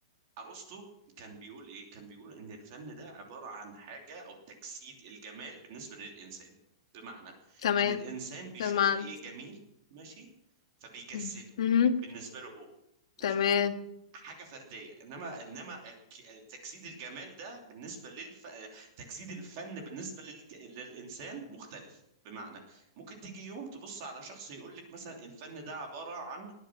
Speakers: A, on the right; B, on the left.
A: ارسطو كان بيقول ايه كان بيقول ان الفن ده عبارة عن حاجة او تجسيد الجمال بالنسبة للانسان بمعنى
B: تمام
A: ان الانسان بيشوف
B: تمام
A: ايه جميل ماشي فبيجسده
B: مم. مهم.
A: بالنسبة له هو ماشي
B: تمام
A: حاجة فردية انما انما الك- تجسيد الجمال ده بالنسبة للف... تجسيد الفن بالنسبة لل... للانسان مختلف بمعنى ممكن تيجي يوم تبص على شخص يقول لك مثلا الفن ده عبارة عن